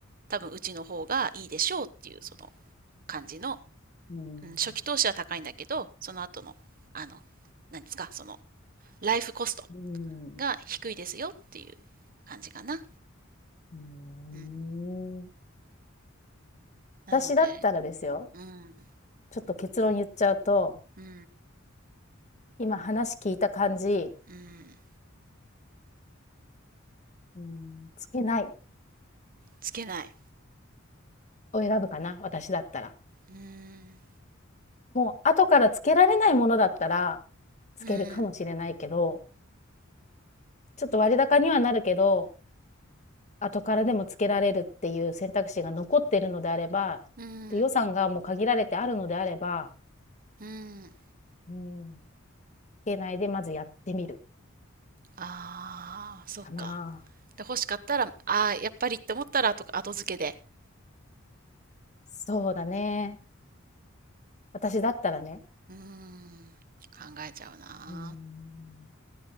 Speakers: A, on the right; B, on the left.
A: 多分うちの方がいいでしょうっていうその感じの、
B: うん。
A: うん、初期投資は高いんだけどその後のあの何ですかそのライフコスト
B: うん。
A: が低いですよっていう感じかなう
B: うん。
A: ーんなので、
B: 私だったらですよ、
A: うん、
B: ちょっと結論言っちゃうと、
A: うん、
B: 今話聞いた感じ、
A: うん、
B: うん、つけない
A: つけない。
B: を選ぶかな、私だったら。
A: うん、
B: もう後からつけられないものだったら、つけるかもしれないけど、
A: うん、
B: ちょっと割高にはなるけど、後からでもつけられるっていう選択肢が残ってるのであれば、
A: うん、
B: で、予算がもう限られてあるのであれば、
A: うん。
B: うん、つけないでまずやってみる
A: ああ、そっか。
B: かな。
A: で、欲しかったら、ああ、やっぱりって思ったら、とか、後付けで。
B: そうだね。私だったらね、
A: うん、うん、考えちゃうな。
B: うん、